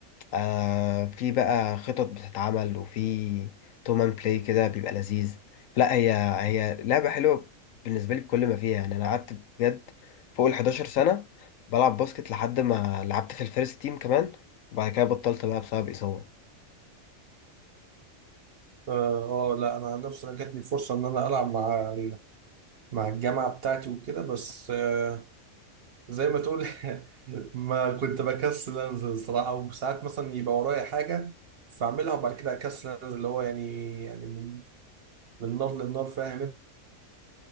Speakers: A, on the left; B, on the right.
A: آه في بقى خطط بتتعمل وفي تومان بلاي كده بيبقى لذيذ لا هي هي لعبة حلوة بالنسبة لي بكل ما فيها يعني أنا قعدت بجد فوق ال 11 سنة بلعب باسكت لحد ما لعبت في الفيرست تيم كمان وبعد كده بطلت بقى بسبب إصابة
B: آه آه، لا أنا عن نفسي أنا جات لي فرصة إن أنا ألعب مع ال- مع الجامعة بتاعتي وكده بس آه، زي ما تقول <laughs> ما كنت بكسل أنزل صراحة وساعات مثلا يبقى ورايا حاجة فأعملها وبعد كده أكسل أنزل اللي هو يعني يعني من من نار للنار فاهم